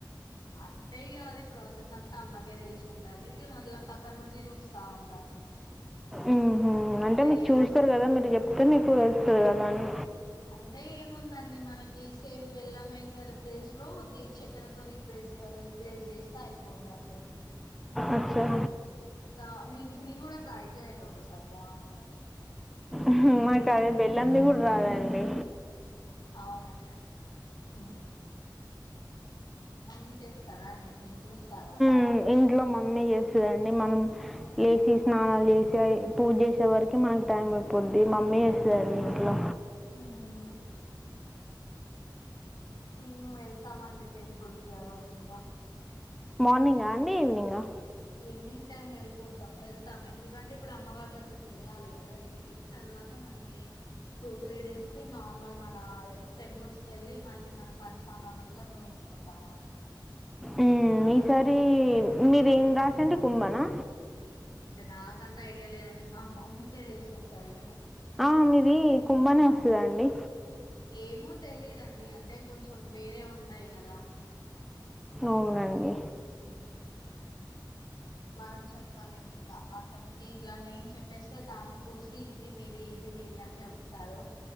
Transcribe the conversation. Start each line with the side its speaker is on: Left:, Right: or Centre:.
Left: అంటే ఇగ అది ప్రాసెస్ అంతా అమ్మకే తెలిసుంటది. ఇగ అట్ల పక్కనుండి చూస్తా ఉంటాను.
Centre: మ్ హు అంటే, మీకు
Left: చేస్
Centre: చూస్తారు కదా! మీరు చెప్తే మీకు తెలుస్తది కదా అని.
Left: అంటే ఏముందండి, మనకి సేమ్ బెల్లం యేసేర్ ప్లేస్ లో ది చక్కెరతో రీప్లేస్. జ్ రీప్లేస్ చేస్తే అయిపోద్దండి.
Centre: అచ్ఛా
Left: కా మీక్ మీరు కూడా ట్రై చేయండి ఒకసారి బాన్టది.
Centre: మ్హు మాకది బెల్లంది కూడ రాదండి.
Left: అవునా హుమ్ మమ్మీ చేస్తారా అండి! మీరు చూస్తారా?
Centre: మ్ ఇంట్లో మమ్మీ చేస్తదండి. మనం లేసి, స్నానాలు చేసి, పూజ చేసే వరకి మనకు టైం అయిపోద్ది. మమ్మీ చేస్తదండి ఇంట్లో.
Left: మ్ మేము వెళ్తామండి టెంపుల్ కి ఆ రోజు ఇంగ
Centre: మార్నింగా అండి ఈవెనింగా?
Left: ఈవినింగ్ టైమ్ వెళ్ళిపోతాం. వెళ్తాం. ఎందుకంటే, ఇప్పుడు అమ్మవారి దగ్గరికి వెళ్ళాలి కదా! వెళ్ళి తర్వా త్వాత మళ్ళీ టూ త్రీ డేస్ కి నార్మల్ మన టెంపుల్స్ కెళ్ళి, మళ్ళీ మన పంచాంగం ఇట్లా చూయించ్ కుంటామండి.
Centre: ఉ ఈసారి మీరేం రాసండి కుంభనా
Left: అంటే నాకంత ఐడియా లేదండి మా మమ్మీ కే తెలిసి ఉంటది
Centre: ఆ మీది కుంభనే వస్తదండి
Left: ఏమో తెలీదండి అంటే కొంచెం వేరే ఉంటాయి కదా
Centre: అవునండి
Left: హ్మ్. మనం చెప్పలేం ఇంకా అతనికి ఇట్లా నేమ్ చెప్పేస్తే తాను చూసి ఇది మీది ఇది మీది అని చెప్తారు